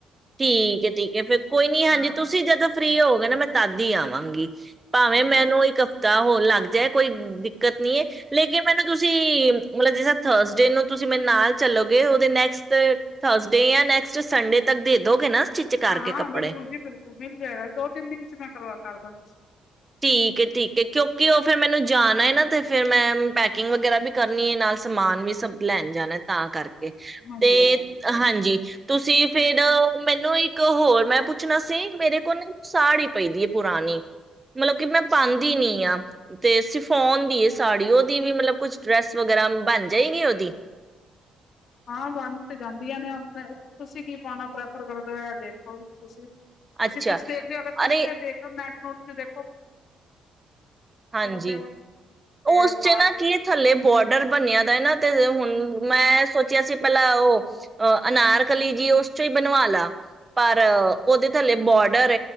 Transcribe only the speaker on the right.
ਠੀਕ ਏ ਠੀਕ ਹੈ, ਫੇਰ ਕੋਈ ਨੀ ਹਾਂਜੀ
ਤੁਸੀਂ ਜਦੋਂ ਫ੍ਰਰੀ ਹੋ ਕਹ ਮੈਂ ਤਦ ਹੀ ਆਵਾਂਗੀ। ਭਾਵੇਂ
ਮੈਨੂੰ ਇੱਕ ਹਫ਼ਤਾ ਹੋਰ ਲੱ ਕੋਈ ਦਿੱਕਤ ਨੀ ਲੇਕਿਨ ਮੈਨੂੰ ਤੁਸੀਂ ਮਤਲਬ ਜਿਸ ਥਰਸਡੇ ਨੂੰ ਤੁਸੀਂ ਮੇਰੇ ਨਾਲ ਚੱਲੋਗੇ ਉਹਦੇ ਨੈਕਸਟ ਥਰਸਡੇ ਨੈਕਸਟ ਸੰਡੇ ਤੱਕ ਦੇ ਦੋਗੇ ਨਾ, ਸਟਿਚ ਕਰਕੇ
ਕੱਪੜੇ।
ਠੀਕ-ਠੀਕ, ਕਿਉਂਕਿ ਉਹ ਫੇਰ ਮੈਨੂੰ ਜਾਣਾ ਨਾ ਤੇ ਫੇਰ ਮੈਂ ਪੈਕਿੰਗ ਵਗੈਰਾ ਵੀ ਕਰਨੀ ਹੈ ਨਾਲ ਸਮਾਨ ਵੀ ਸਭ ਲੈਣ ਜਾਣਾ ਤਾਂ ਕਰਕੇ,
ਤੇ
ਹਾਂਜੀ ਤੁਸੀਂ, ਫੇਰ, ਮੈਨੂੰ ਇੱਕ ਹੋਰ ਮੈਂ ਪੁੱਛਣਾ ਸੀ, ਮੇਰੇ ਕੋਲ ਸਾੜੀ ਪਈਦੀ ਹੈ, ਪੁਰਾਣੀ। ਮਤਲਬ ਕਿ ਮੈਂ
ਪਾਦੀ ਨੀ ਆਂ। ਤੇ ਸਿਫੋਨ ਦੀ ਏ ਸਾੜੀ, ਉਹਦੀ ਵੀ ਮਤਲਬ ਕੁਛ ਡਰੈਸ ਵਗੈਰਾ ਬਣ ਜਾਏਗੀ, ਉਹਦੀ?
ਅੱਛਾ
ਅਰੇ
ਹਾਂਜੀ,
ਉਸ ਚ
ਨਾ
ਕੀ ਥੱਲੇ ਬੋਡਰ ਬਣਿਆ ਦਾ ਐ ਨਾ ਤੇ ਹੁਣ
ਮੈਂ ਸੋਚਿਆ ਸੀ। ਪਹਿਲ ਉਹ ਅਨਾਰ ਕਲੀ ਜੀ ਉਸ ਚੋਂ ਹੀ ਬਣਵਾ ਲਾ, ਪਰ ਉਹਦੇ ਥੱਲੇ ਬੋਡਰ